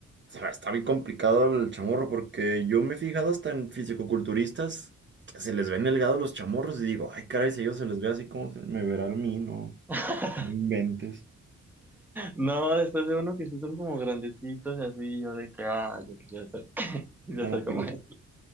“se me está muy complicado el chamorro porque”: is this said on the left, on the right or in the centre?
Right